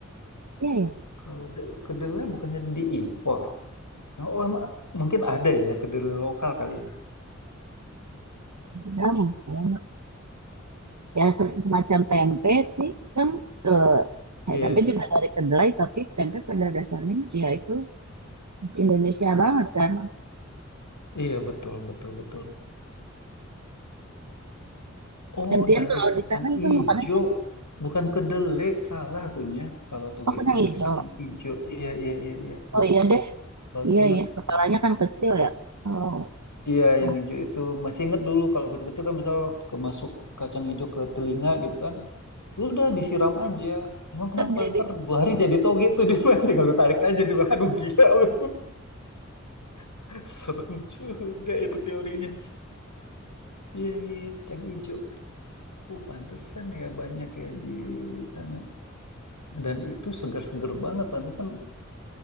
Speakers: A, on the right; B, on the left.
A: Iya ya.
B: Kalau da- kedelai bukannya diimpor. Oh, emang mungkin ada ya kedelai lokal kali ya.
A: Sama. sama. Ya se- semacam tempe sih kan eh, ya,
B: Iya,
A: tempe juga dari kedelai tapi tempe pada dasarnya ya itu khas Indonesia banget kan.
B: iya betul betul betul. Oh,
A: Gantian
B: dari
A: kalau
B: kacang
A: di sana itu
B: ijo.
A: makanan
B: Bukan kedelai, salah akunya. Kalau toge
A: Oh, kena
B: itu
A: hijau.
B: dari kacang ijo. Iya, iya, iya, iya. Lupa.
A: Oh iya deh.
B: Baru
A: Iya
B: inget.
A: ya, kepalanya kan kecil ya. Oh,
B: Iya, yang
A: oh.
B: ijo itu. Masih inget dulu kalau kecil-kecil kan misal kemasuk kacang ijo ke telinga gitu kan. Udah disiram aja. Emang kenapa?
A: Kan dari
B: Ntar dua hari jadi toge tuh di bulan. <laughs> Tinggal lu tarik aja. Di bulan. Aduh gila lu. <laughs> Serem juga itu teorinya. Iya, iya. Kacang ijo. Oh, pantesan ya banyak ya di sana. Dan itu segar-segar banget, pantesan